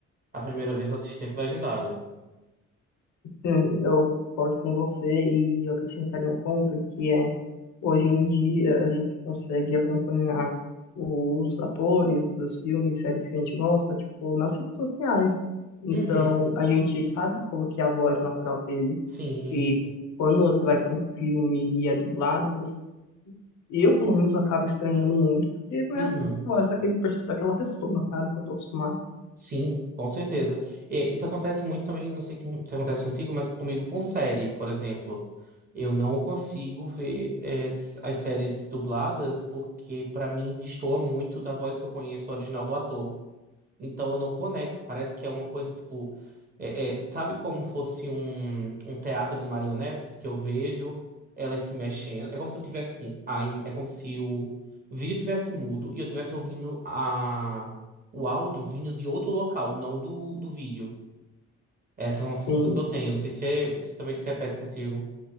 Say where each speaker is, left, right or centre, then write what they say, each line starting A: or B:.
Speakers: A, on the right; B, on the left.
A: A primeira vez assisti sempre legendado.
B: hum, eu concordo com você e eu acrescentaria um ponto que é, hoje em dia a gente consegue acompanhar os atores dos filmes e séries que a gente gosta, tipo, nas redes sociais. Então,
A: Uhum.
B: a gente sabe como que é a voz natural deles.
A: Sim,
B: E
A: sim.
B: quando você vai para um filme e é dublado, você- eu, pelo menos, acabo estranhando muito, porque não
A: Uhum.
B: é a voz daquele, pers- daquela pessoa, sabe, que eu tô acostumado.
A: Sim, com certeza. E isso acontece muito também, não sei com- se acontece contigo, mas comigo com série, por exemplo. Eu não consigo ver eh, s- as séries dubladas porque, pra mim, destoa muito da voz que eu conheço original do ator. Então eu não conecto. Parece que é uma coisa tipo. é- é, sabe como fosse um, um teatro de marionetes que eu vejo elas se mexendo? É como se eu tivesse assim. A, im- é como se o vídeo tivesse mudo e eu tivesse ouvindo a, o áudio vindo de outro local, não do, do vídeo. Essa é uma sensação
B: Sim.
A: que eu tenho. Não sei se, é- se também se repete contigo.